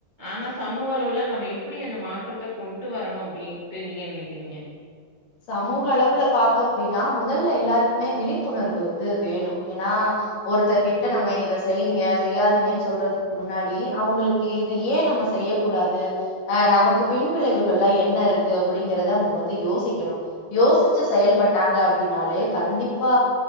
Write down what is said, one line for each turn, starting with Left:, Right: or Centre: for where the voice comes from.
Right: ஆனா சமூக அளவுல நம்ம எப்டி அந்த மாற்றத்த கொண்ட்டு வரணு அப்டின்ட்டு நீங்க நெனைக்கிறீங்க
Left: சமூக அளவுல பாத்தோம் அப்டின்னா முதல்ல எல்லாருக்குமே விழிப்புணர்வு வந்து வேணு ஏனா ஒருத்தர் கிட்ட நம்ம இத செய்யுங்க செய்யாதீங்கன்னு சொல்றதுக்கு முன்னாடி அவுங்களுக்கு இது ஏ நம்ம செய்ய கூடாது அ நமக்கு பின் விளைவுகள்லா என்ன இருக்கு அப்பிடிங்கறத அவுங்க வந்து யோசி க்கணு யோசுச்சு செயல்பட்டாங்க அப்டினாலே கண்டிப்பா